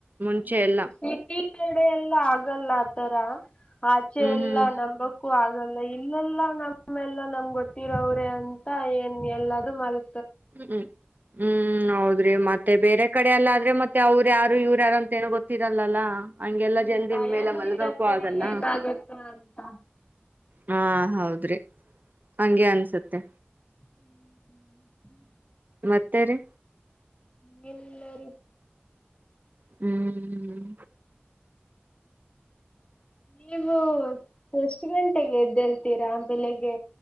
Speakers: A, on the right; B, on the left.
A: ಮುಂಚೆ
B: ಹ
A: ಎಲ್ಲ
B: ಸಿಟಿ ಕಡೆ ಎಲ್ಲಾ ಆಗಲ್ಲ ಆತರ ಆಚೆ
A: ಹ್ಮ್
B: ಇಲ್ಲ
A: ಹ್ಮ್
B: ನಂಬಕ್ಕೂ ಆಗ ಲ್ಲ ಇಲ್ಲೆಲ್ಲ ನಮ್ಮೆಲ್ಲ ನಮ್ ಗೊತ್ತಿರೋ್ರೆ ಅಂತ ಏನ್ ಎಲ್ಲದುೂ ಮಲ್
A: ಹ್ಮ್ ಹ್ಮ್ ಹ್ಮ್ ಹೌದು ಅವ್ರಿ ಮತ್ತೆ ಬೇರೆ ಕಡೆಯಲ್ಲ ಆದ್ರೆ ಮತ್ತೆ ಅವ್ರು ಯಾರು ಇವ್್ರ ಯಾರು ಅಂತ ಏನೋ ಗೊತ್ತಿರಲ್ಲಲ್ಲ ಹಂಗೆಲ್ಲ
B: ಹ್ಮ್
A: ಜಲ್ದಿನ
B: ಭಯನೂ
A: ಮೇಲೆ ಮಲ್ಗಕ್ಕೂ
B: ಇರತ್ತೇರಿ
A: ಆಗಲ್ಲ
B: ಏನ್ಾಗುತ್ತ ಅಂತ
A: ಹಾ ಹೌದ್ರಿ ಹಂಗೆ ಅನ್ಸುತ್ತೆ
B: ಹ್ಮ್ ಹ್ಮ
A: ಮತ್ತೇರಿ
B: ಹೇನ ಎಲ್ಲಾರ
A: ಹ್ಮ್್ಮ
B: ನೀವು ಎಷ್ಟು ಗಂಟೆಗೆ ಎದ್ದೇಳ್ತೀರಾ ಬೆಳಗ್ಗೆ